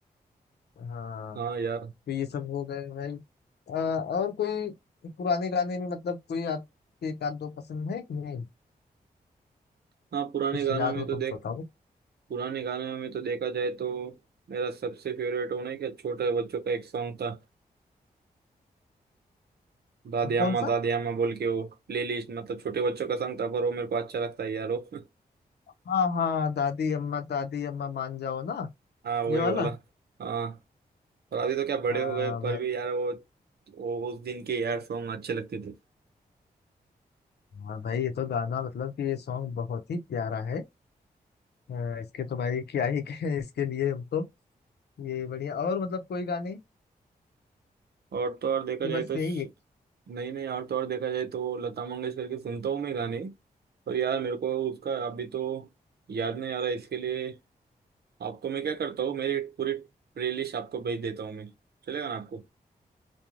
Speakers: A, on the left; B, on the right.
A: हाँ
B: हाँ यार
A: तो ये सब हो गए भाई अ, और कोई पुराने गाने में मतलब कोई आपके एक आध दो पसंद है कि नहीं
B: हाँ पुराने
A: कुछ
B: गानों
A: याद
B: में
A: हो
B: तो
A: तो
B: देख
A: बताओ
B: पुराने गानों में तो देखा जाए तो मेरा सबसे फेवरेट होना है क्या छोटे बच्चों का एक सॉन्ग था दादी
A: कौन
B: अम्मा
A: सा
B: दादी अम्मा बोल के वो प्लेलिस्ट मतलब छोटे बच्चों का सॉन्ग था पर वो मेरे को अच्छा लगता है यार वो <laughs>
A: हाँ हाँ दादी अम्मा दादी अम्मा मान जाओ ना
B: हाँ वही
A: ये वाला
B: वाला हाँ और अभी तो क्या बड़े
A: हाँ
B: हो गए पर
A: भाई
B: भी यार वो, वो उस दिन के यार सॉन्ग अच्छे लगते थे
A: हाँ भाई ये तो गाना मतलब कि ये सॉन्ग बहुत ही प्यारा है अ, इसके तो भाई क्या ही कहें इसके लिए हम तो ये बढ़िया और मतलब कोई गाने
B: और तो और देखा
A: कि
B: जाए
A: बस
B: तो
A: यही
B: स-
A: एक
B: नहीं नहीं और तो और देखा जाए तो लता मंगेशकर के सुनता हूँ मैं गाने पर यार मेरे को उसका अभी तो याद नहीं आ रहा इसके लिए आपको मैं क्या करता हूँ मेरी पूरी प्लेलिस्ट आपको भेज देता हूँ मैं चलेगा ना आपको